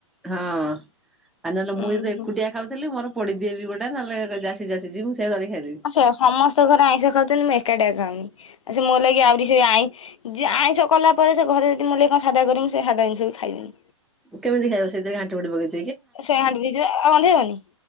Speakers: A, in the centre; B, on the left.
A: ହଁ ଆଉ ନହେଲେ
B: ଉଁ
A: ମୁଁ
B: ହୁଁ।
A: ଏକୁଟିଆ ଖାଉଥିଲି, ମୋର ପୋଡ଼ିଦିଏ ବି ଗୋଟେ, ନହେଲେ ଯାହା ସିଝା ସିଜି ମୁଁ ସେୟାକୁ ଦଳିକି ଖାଇଦେବି।
B: ହଁ ସେୟା, ସମସ୍ତଙ୍କ ଘରେ ଆଇଁଷ ଖାଉଛନ୍ତି, ମୁଁ ଏକାଟିଆ ଖାଉନି। ଆଉ ସେ ମୋ ଲାଗି ଆହୁରି ସେ ଆଇଁ ଯିଏ ଆଇଁଷ କଲା ପରେ ସେ ଘରେ ଯଦି ମୋଲାକି କଣ ସାଧା କରିବେ, ମୁଁ ସେ ସାଧା ଜିନିଷ ବି ଖାଇବନି।
A: କେମିତି ଖାଇବ ସେଇଥିରେ ଘାଣ୍ଟି ଘୁଣ୍ଟି ପକେ
B: ସେ ଘାଣ୍ଟି ଦେଇଥିବେ, ଆଉ ଗନ୍ଧେଇବନି।